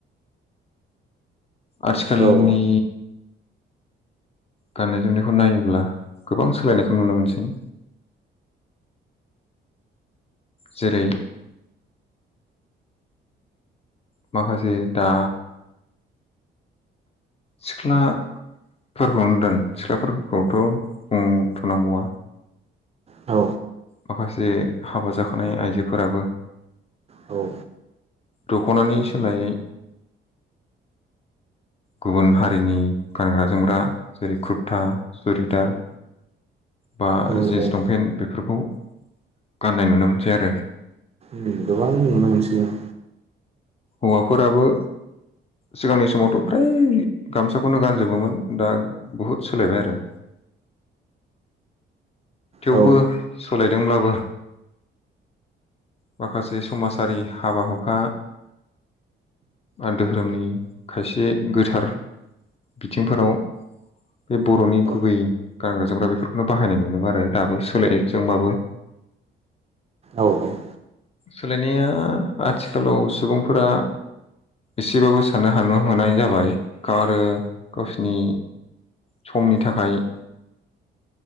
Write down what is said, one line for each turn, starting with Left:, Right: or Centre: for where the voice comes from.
Left: आथिखालनि
Right: औ
Left: गाननाय जोमनायखौ नायोब्ला गोबां सोलायनायखौ नुनो मोनसै। जेरै माखासे दा सिख्ला फोरखौनो दोन सिख्लाफोरखौथ' बुंथ'नांबावा।
Right: औ।
Left: माखासे हाबा जाखानाय आइजोफोराबो
Right: औ।
Left: दख'नानि सोलायै गुबुन हारिनि गानग्रा जोमग्रा जेरै कुरथा, सुरिदार बा
Right: औ
Left: जिन्स लंफेन बेफोरखौ गाननाय नुनो मोनसै आरो।
Right: ओम गोबां नुनो मोनसै ओम।
Left: हौवाफोराबो सिगांनि समावथ' फ्राय गामसाखौनो गानजोबोमोन। दा बुहुद सोलायबाय आरो। थेवबो
Right: औ
Left: सोलायदोंब्लाबो माखासे समासारि हाबा हुखा ओन धोहोरोमनि खायसे गोथार बिथिंफोराव बे बर'नि
Right: औ
Left: गुबै गानग्रा जोमग्रा बेफोरखौनो बाहायनाय नुनोमो आरो दाबो सोलाय जोंबाबो।
Right: औ औ।
Left: सोलायनाया आथिखालाव सुबुंफोरा एसेबाबो साननो हानो हनाय जाबाय गाव आरो गावसिनि समनि थाखाय